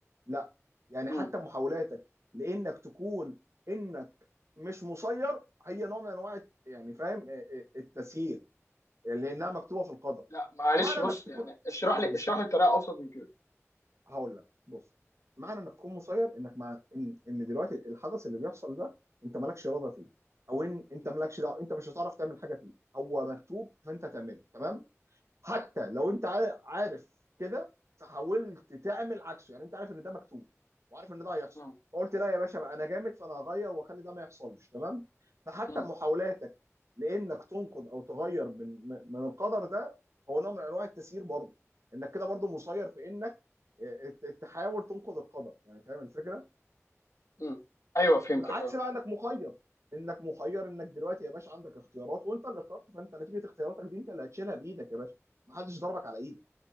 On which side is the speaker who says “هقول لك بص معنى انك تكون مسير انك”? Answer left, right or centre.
Right